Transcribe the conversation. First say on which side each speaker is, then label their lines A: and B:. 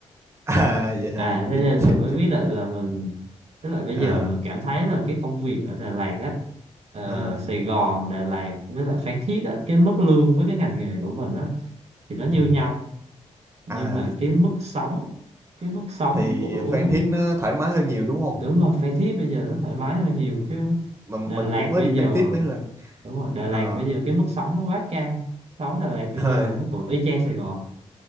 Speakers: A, on the right (about 20°); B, on the right (about 55°).
A: <laughs> à vậy hả
B: à thế
A: vậy
B: nên
A: ch-
B: là mới
A: chúc
B: biết là, là mình tức là bây
A: à,
B: giờ mình cảm thấy là cái công việc ở Đà Lạt á ờ,
A: à,
B: Sài Gòn Đà Lạt với lại Phan Thiết á cái mức lương với cái ngành nghề của mình á thì nó như
A: ừ.
B: nhau nhưng
A: à
B: mà cái mức sống cái mức sống
A: thì
B: của
A: Phan Thiết nó thoải mái hơn nhiều đúng không
B: đúng rồi Phan Thiết bây giờ nó thoải mái hơn nhiều chứ
A: mà mình
B: Đà Lạt
A: cũng mới
B: bây
A: đi
B: giờ
A: Phan Thiết mấy lần
B: đúng rồi Đà Lạt
A: ờ
B: bây giờ cái mức sống nó quá cao sống Đà Lạt bây
A: à
B: giờ nó cũng y chang Sài Gòn